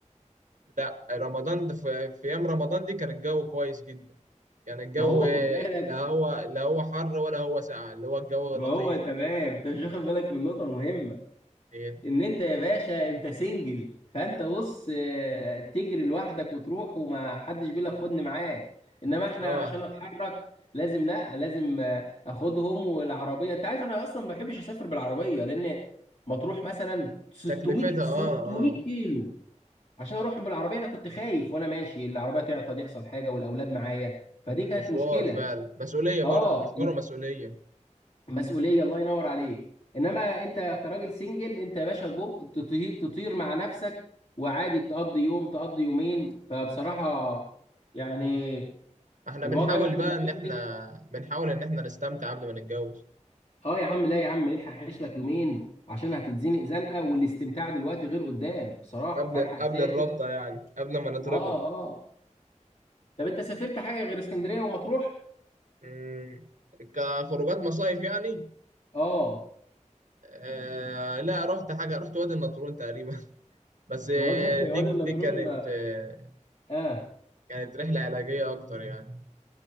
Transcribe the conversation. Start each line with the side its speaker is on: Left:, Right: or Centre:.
Right: لا رمضان ده في, في ايام رمضان دي كان الجو كويس جدا كان الجو
Left: ما هو خد بالك
Right: لا هو لا هو حر ولا هو ساقع اللي هو الجو
Left: ما
Right: لطيف
Left: هو تمام انت مش واخد بالك من نقطه مهمه
Right: إيه.
Left: ان انت يا باشا انت سنجل فانت بص آه، تجري لوحدك وتروح وما حدش بيقول لك خدني معاك انما احنا
Right: اه
Left: عشان اتحرك لازم لا لازم آه، اخدهم والعربيه انت عارف انا اصلا ما بحبش اسافر بالعربيه لان مطروح مثلا 600
Right: تكلفتها
Left: 600
Right: اه اه
Left: كيلو عشان اروح بالعربيه انا كنت خايف وانا ماشي العربيه تعطل يحصل حاجه والاولاد معايا فدي كانت
Right: مشوار
Left: مشكله
Right: فعلا مسؤولية برضه
Left: اه
Right: مشوار ومسؤولية
Left: مسؤوليه الله ينور عليك انما انت كراجل سنجل انت يا باشا جوب تطي- تطير مع نفسك وعادي تقضي يوم تقضي يومين فبصراحه يعني
Right: احنا
Left: الوضع
Right: بنحاول
Left: الواحد لما
Right: بقى
Left: يكون
Right: ان احنا
Left: سنجل
Right: بنحاول ان احنا نستمتع قبل ما نتجوز
Left: اه يا عم لا يا عم الحق عيش لك يومين عشان هتتزنق زنقه والاستمتاع دلوقتي غير قدام بصراحه
Right: قبل
Left: فالحق
Right: قبل
Left: سافر
Right: الرابطة يعني قبل ما نتربط
Left: اه اه طب انت سافرت حاجه غير اسكندريه ومطروح
Right: مم. كخروجات مصايف يعني
Left: اه
Right: آه لا رحت حاجة رحت وادي النطرون تقريبا بس آه،
Left: هو ده <laughs>
Right: دي
Left: هو ده
Right: دي
Left: النطرون
Right: كانت آه،
Left: اه
Right: كانت رحلة علاجية أكتر يعني